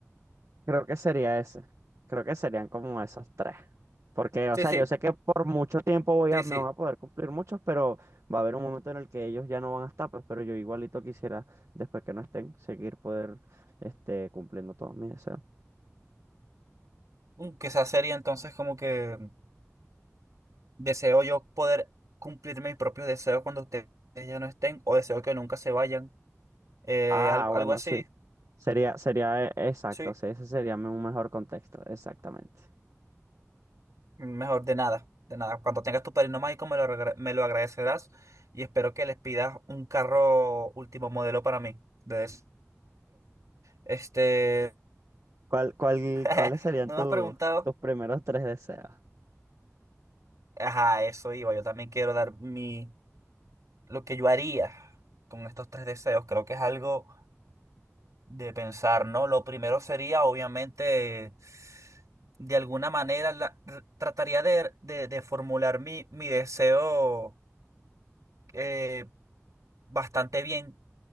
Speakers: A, on the right (about 65°); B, on the right (about 85°).
A: creo que sería ese. Creo que serían como esos tres. Porque, o
B: Sí,
A: sea,
B: sí,
A: yo sé que por mucho tiempo voy
B: sí,
A: a, me
B: sí.
A: van a poder cumplir muchos, pero va a haber un momento en el que ellos ya no van a estar, pues, pero yo igualito quisiera, después que no estén, seguir poder, este, cumpliendo todos mis deseos.
B: Mm, Quizás sería entonces como que deseo yo poder cumplir mis propios deseos cuando ustedes ya no estén o deseo que nunca se vayan. Eh,
A: Ah,
B: algo,
A: bueno,
B: algo así,
A: sí. Sería, sería, eh, exacto,
B: sí.
A: sí, ese sería un mejor contexto, exactamente.
B: Mejor de nada, de nada. Cuando tengas tu padrino mágico me lo, agra- me lo agradecerás y espero que les pidas un carro último modelo para mí de deseo. Este,
A: ¿Cuál, cuál,
B: <laughs>
A: cuáles serían
B: no
A: tu-
B: me has preguntado.
A: tus primeros tres deseos?
B: Ajá, eso iba. Yo también quiero dar mi, lo que yo haría con estos tres deseos. Creo que es algo de pensar, ¿no? Lo primero sería, obviamente, de alguna manera, la- r- trataría de, de- de formular mi, mi deseo eh, bastante bien